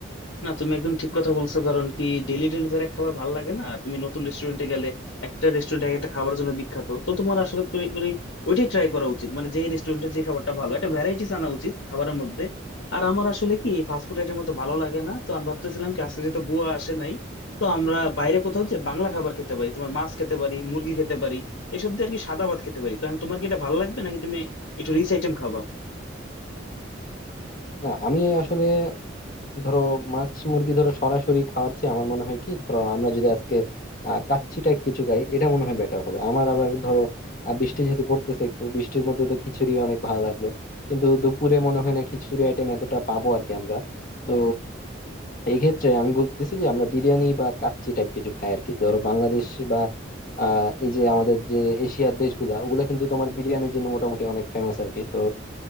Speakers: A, on the left; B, on the left.
A: না তুমি একদম ঠিক কথা বলছো কারণ কি ডেলি ডেলি তো আর এক খাবার ভালো লাগে না তুমি নতুন রেস্টুরেন্টে গেলে একটা রেস্টুরেন্ট এক একটা খাবারের জন্য বিখ্যাত তো তোমার আসলে করে করে ওইটাই ট্রাই করা উচিত মানে যে রেস্টুরেন্টে যে খাবারটা ভালো একটা ভ্যারাইটিস আনা উচিত খাবারের মধ্যে আর আমার আসলে কি ফাস্টফুড আইটেম মতো ভালো লাগে না তো আমি ভাবতেছিলাম কি আজকে যেহেতু বুয়া আসে নাই তো আমরা বাইরে কোথাও যে বাংলা খাবার খেতে পারি তোমার মাছ খেতে পারি মুরগি খেতে পারি এসব দিয়ে আর কি সাদা ভাত খেতে পারি তো তোমার কি এটা ভালো লাগবে নাকি তুমি একটু রিচ আইটেম খাবা
B: না আমি আসলে ধরো মাছ মুরগি ধরো সরাসরি খাওয়ার চেয়ে আমার মনে হয় কি ধরো আমরা যদি আজকে আহ, কাচ্চি টাইপ কিছু খাই এটা মনে হয় বেটার হবে আমার আবার ধরো আহ, বৃষ্টি যেহেতু পড়তেছে একটু বৃষ্টির মধ্যে তো খিচুড়ি অনেক ভালো লাগবে কিন্তু দুপুরে মনে হয় না খিচুড়ি আইটেম এতটা পাবো আর কি আমরা তো এই ক্ষেত্রে আমি বলতেছি যে আমরা বিরিয়ানি বা কাচ্চি টাইপ কিছু খাই আর কি ধরো বাংলাদেশ বা আহ এই যে আমাদের যে এশিয়ার দেশগুলা ওগুলা কিন্তু তোমার বিরিয়ানির জন্য মোটামুটি অনেক ফেমাস আর কি তো